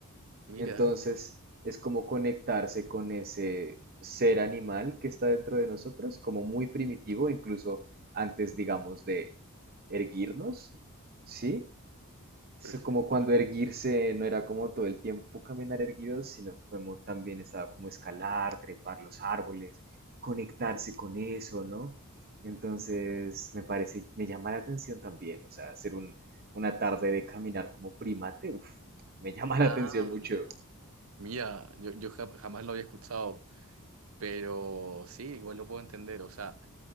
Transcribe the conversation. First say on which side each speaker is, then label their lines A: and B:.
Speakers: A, on the right (about 65°); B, on the right (about 45°).
A: Mira,
B: entonces, es como conectarse con ese ser animal que está dentro de nosotros, como muy primitivo, incluso antes, digamos, de erguirnos, ¿sí? Es
A: perfecto.
B: como cuando erguirse no era como todo el tiempo caminar erguidos, sino como también estaba como escalar, trepar los árboles, conectarse con eso, ¿no? Entonces, me parece, me llama la atención también, o sea, hacer un, una tarde de caminar como primate, uf, me <laughs> llama
A: Ah,
B: la atención mucho.
A: mira, yo, yo ja- jamás lo había escuchado, pero sí, igual lo puedo entender, o sea...